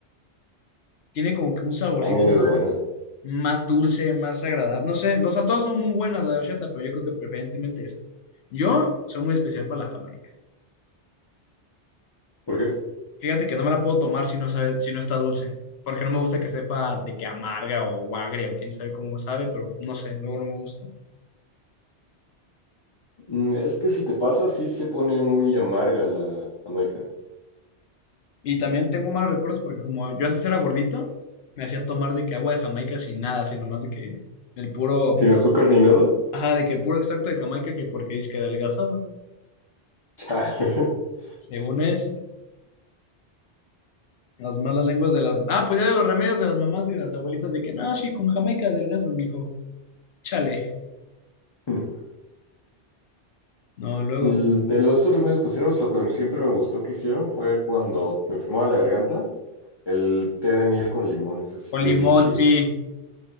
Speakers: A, on the left; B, on the left.
A: tiene como que un saborcito
B: También es
A: más,
B: buena.
A: más dulce, más agradable. No sé, los sea, todas son muy buenas la de horchata, pero yo creo que preferentemente esa. Yo soy muy especial para la jamaica.
B: ¿Por qué?
A: Fíjate que no me la puedo tomar si no sabe, si no está dulce, porque no me gusta que sepa de que amarga o agria o quién sabe cómo sabe, pero no sé, luego no me gusta.
B: Mm, Es que si te pasa, sí se pone muy amarga la Jamaica.
A: Y también tengo malos recuerdos porque como yo antes era gordito, me hacían tomar de que agua de Jamaica sin nada, sino más de que el puro,
B: Sin azúcar ni nada.
A: ajá, de que puro extracto de Jamaica que porque es que adelgazaba,
B: <laughs>
A: según es. Las malas lenguas de las... Ah, pues ya de los remedios de las mamás y de las abuelitas de que, no, sí, con jamaica adelgazas, mijo. Chale.
B: Chale.
A: No, luego,
B: Mm, De los dos remedios caseros, lo que siempre me gustó que hicieron fue cuando me enfermaba la garganta, el té de miel con limón, ese sí
A: con
B: se
A: limón,
B: ve bien chido.
A: sí.